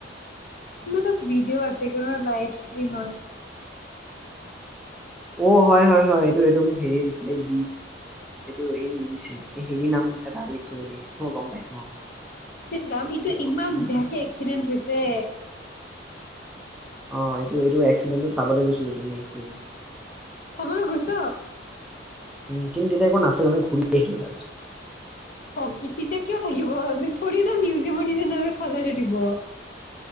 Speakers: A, on the left (about 45°); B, in the centre.
A: মোৰ তাত ভিডিঅ' আছে ক লাইভ ষ্ট্ৰীম হয়।
B: অ হয় হয় হয় এইটো এইটো মোক হেৰি দিছিলে এই বি এইটো এই দিছিল এই হেৰি নাম এটা লিখিব দেই মই গম পাইছো অ।
A: ইচ্ ৰাম ইটো
B: বদমাছ
A: ইমান বেয়াকে এক্সিডেন্ট হৈছে।
B: অ এইটো এইটো এক্সিডেণ্টটো চাবলৈ গৈছিলো তুমি এক্ দিনা।
A: চাবলৈ গৈছ?
B: উ কিন্তু এতিয়া একো নাছিল আমি ঘূৰি আহিলো তাৰপিছত।
A: প্ৰকৃতিতে কিয় থাকিব ঠৰিনা মিউজিয়ামৰ নিচিনা সজাই থৈ দিব।